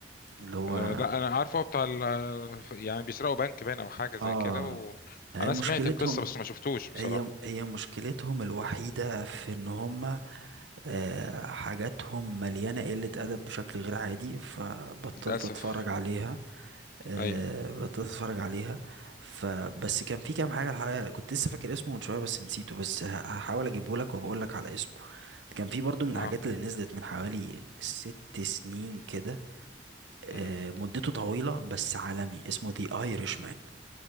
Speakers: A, on the right; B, on the left.
A: اللي هو
B: آه، لا انا عارفه هو بتاع ال- يعني بيسرقوا بنك باين او حاجه زي
A: اه
B: كده وانا
A: هي مشكلتهم
B: سمعت القصه بس ما شفتوش بصراحه
A: هي هي مشكلتهم الوحيدة في ان هما آه، حاجاتهم مليانة قلة أدب بشكل غير عادي فبطلت
B: للاسف
A: أتفرج عليها آه،
B: ايوه
A: بدأت اتفرج عليها فبس كان في كام حاجه الحقيقه كنت لسه فاكر اسمه من شويه بس نسيته بس ه- هحاول اجيبه لك وبقول لك على اسمه كان في برضو من
B: اه
A: الحاجات اللي نزلت من حوالي ست سنين كده آه،
B: امم
A: مدته طويله بس عالمي اسمه The Irishman